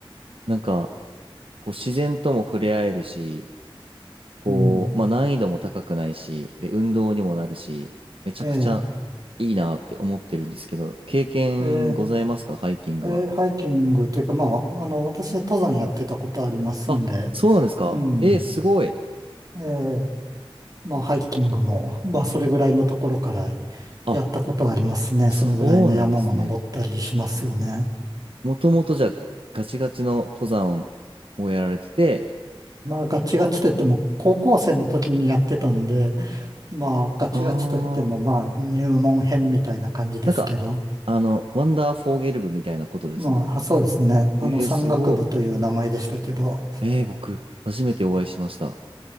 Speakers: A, on the right; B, on the right.
A: なんか、こう自然とも触れ合えるし、こう、
B: うん、
A: まあ難易度も高くないし、で、運動にもなるし、めちゃくちゃ
B: ええ、
A: いいなって思ってるんですけど、経験ございますかハイキングは。
B: ええ、ええハイキングというか、まあ、あの、私、登山やってたことありますんで、
A: あ、そうなんですかえ、
B: うん、
A: すごい。
B: ええまあ、ハイキングも、まあ、それぐらいのところから
A: あ、
B: やったことはありますね。
A: そうなんですね。
B: そのぐらいの山も登ったりしますよね。
A: もともとじゃあガチガチの登山をやられてて、
B: まあ、ガチガチといっても、高校生の時にやってたんで、まあ、ガチガチといっても、
A: あー、
B: まあ、入門編みたいな感じですけど、
A: なんか、あの、ワンダーフォーゲル部みたいなことですか
B: まあ、そうですね。あの、
A: えー、
B: 山岳部という名前でしたけど、
A: すごい。えー、僕、初めてお会いしました。